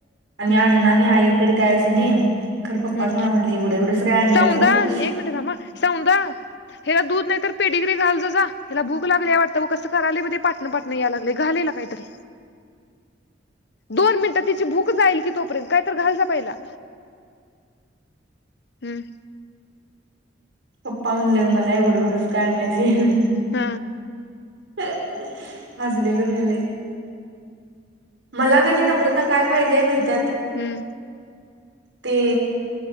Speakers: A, on the right; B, on the left.
A: आणि
B: हम्म
A: अण्णा आणि आई तरी कायच नाही खरं पप्पाच
B: हम्,
A: मला म्हटले एवढं एवढंच काय आणलंस
B: सौंदा
A: म्हणून
B: एक मिनट थांब अ, सौंद हेला दूध नाही तर पेडीग्री घालजा जा, हला भूक लागले वाटत. कसं कराले म ते पाटणं पाटणं या लागलय घा ल काहीतरी. दोन मिनिटं, तिची भूक जाईल कि तोपर्यंत, काय तर घाल जा पाहिला. हम्
A: पप्पा म्हणलं मला, एवढं - एवढंच का आणल्यास ये <unintelligible>
B: ह
A: <unintelligible> हसलेलो मी लय. मला काणी नम्रता काय पाहिजे, माहित
B: हम्म
A: ते,